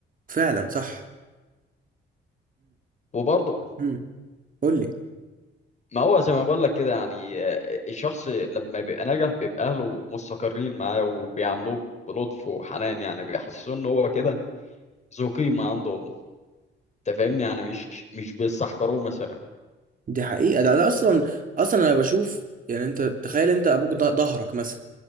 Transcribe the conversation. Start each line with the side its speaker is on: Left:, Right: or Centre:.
Right: فعلا صح
Left: وبرضه
Right: امم قول لي
Left: ما هو زي ما بقول لك كده يعني آه، الشخص لما بيبقى ناجح بيبقى اهله مستقرين معاه وبيعاملوه بلطف وحنان يعني بيحسسوه ان هو كده ذو قيمه عندهم انت فاهمني يعني مش مش بيستحقروه مثلا
Right: دي حقيقة ده, ده اصلا اصلا انا بشوف يعني انت تخيل انت ابوك ض- ظهرك مثلا